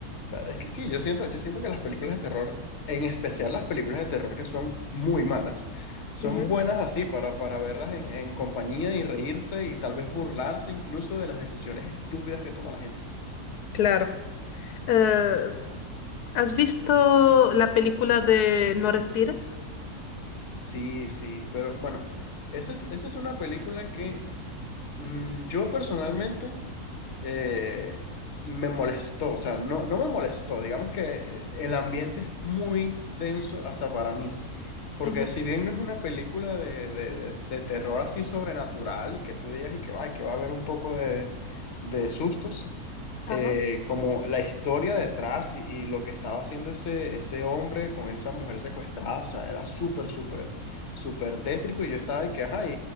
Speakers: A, on the left; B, on the left.
A: Claro, Es que sí, yo siento, yo siento que las películas de terror, en especial las películas de terror que son muy malas, son
B: Ujú.
A: buenas así para, para verlas en, en compañía y reírse y tal vez burlarse incluso de las decisiones estúpidas que toma la gente.
B: Claro. Eh, ¿has visto la película de No respires? <laughs>
A: Sí, sí, pero bueno, esa es, esa es una película que mm, yo personalmente eh, me molestó, o sea, no, no me molestó, digamos que el ambiente es muy denso hasta para mí, porque
B: Ujú,
A: si bien no es una película de, de, de- de terror así sobrenatural y que tú digas y que, ay, que va a haber un poco de, de sustos, eh,
B: Ajá.
A: como la historia detrás y, y lo que estaba haciendo ese, ese hombre con esa mujer secuestrada, o sea, era súper, súper súper tétrico y yo estaba de que, ajá, y,